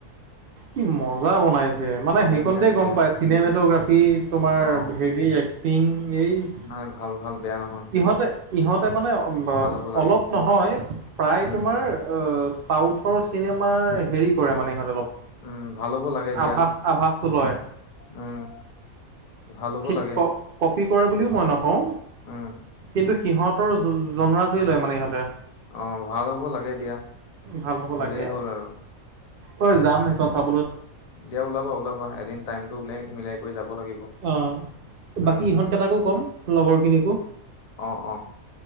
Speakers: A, on the right (about 75°); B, on the left (about 70°).
A: কি মজা বনাইছে মানে সেইকণতে
B: ধুনীয়া ধুনীয়া
A: গম পাই চিনেমটোগ্ৰাফ ফী তোমাৰ
B: অ',
A: হেৰি এক্টিং এইচ।
B: নাই ভাল ভাল বেয়া নহয়।
A: সিহঁতে ইহঁতে মানে
B: ভাল হ'ব লাগে
A: অলপ নহয় প্ৰায়
B: উম,
A: তোমাৰ চাউথৰ চিনেমাৰ হেৰি কৰে মানে ইহঁতে অলপ।
B: উম, ভাল হ'ব লাগে দিয়া
A: আভাস আভাসটো লয়
B: উম। ভাল হ'ব
A: ঠিক
B: লাগে।
A: ক কপি কৰে বুলিও মই নকওঁ।
B: উম।
A: কিন্তু সিহঁতৰ জ-জনোৱাটোৱে লয় মানে ইহঁতে।
B: অ', ভাল হ'ব লাগে দিয়া।
A: ভাল হ'ব
B: হ'লেই
A: লাগে।
B: হ'ল আৰু।
A: ঐ যাম সেইখন চাব
B: দিয়া ওলাবা ওলাবা এদিন টাইমটো ওলাই মিলাই কৰি যাব লাগিব
A: অ',
B: উম,
A: বাকী ইহঁতকেইটাকো ক'ম লগৰখিনিকো।
B: অ', অ',